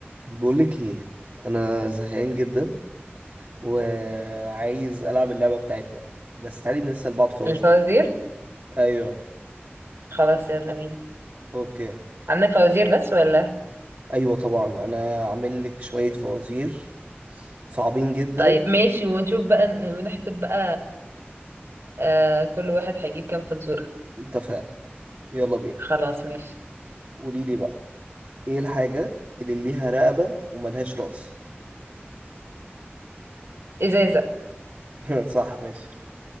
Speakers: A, on the right; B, on the right.
A: بقولك ايه انا زهقان جدا وعايز العب اللعبه بتاعتنا بس تعالي نسال بعض فوازير
B: الفوازير
A: ايوه
B: خلاص يلا بينا
A: اوكي
B: عندك فوازير بس ولا
A: ايوه طبعا انا عامل لك شويه فوازير صعبين جدا
B: طيب ماشي ونشوف بقى بنحسب بقى آه كل واحد هيجيب كام فزورة
A: اتفقنا يلا بينا
B: خلاص ماشي
A: قولي لي بقى ايه الحاجه اللي ليها رقبه وملهاش راس
B: إزازة
A: <laughs> صح ماشي